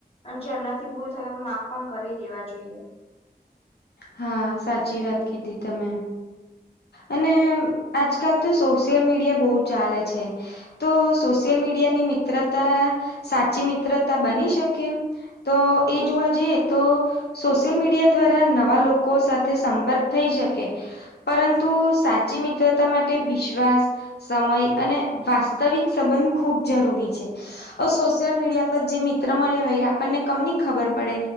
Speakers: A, on the left; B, on the left.
A: અન જો એમનાથી ભૂલ થાય તો માફ પણ કરી દેવા જોઈએ.
B: હા સાચી વાત કીધી તમે. અને આજકાલ તો સોશિયલ મીડિયા બહુ ચાલે છે. તો સોશિયલ મીડિયાની મિત્રતા સાચી મિત્રતા બની શકે? તો એ જોવા જઈએ તો સોશિયલ મીડિયા દ્વારા નવા લોકો સાથે સંપર્ક થઈ શકે પરં તું સાચી મિત્રતા માટે વિશ્વાસ સમય અને વાસ્તવિક સંબંધ ખૂબ જરૂરી છે. અવ સોશિયલ મીડિયા પર જે મિત્ર મળ્યા હોય એ આપણને કમની ખબર પડે.